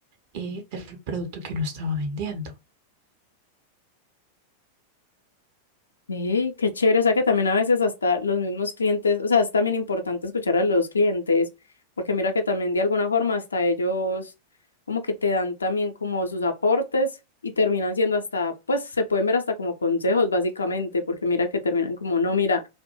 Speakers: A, on the right (about 50°); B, on the left (about 75°).
A: eh, del producto que uno estaba vendiendo.
B: Sí, qué chévere, o sea que también a veces hasta los mismos clientes, o sea, es también importante escuchar a los clientes, porque mira que también de alguna forma hasta ellos como que te dan también como sus aportes y terminan siendo hasta, pues se pueden ver hasta como consejos básicamente, porque mira que terminan como, no, mira,